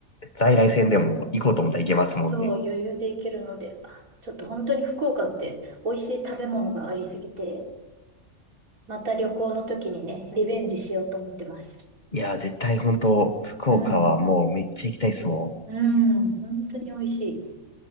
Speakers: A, on the left (about 35°); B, on the right (about 75°).
A: 在来線でも行こうと思ったら行けますもんね。
B: そう、余裕で行けるので、あちょっと本当に福岡って美味しい食べ物がありすぎて、また旅行の時にね、リベンジしようと思ってます。
A: いやー、絶対本当、福岡はもうめっちゃ行きたいっすもん。
B: うん。うん、本当に美味しい。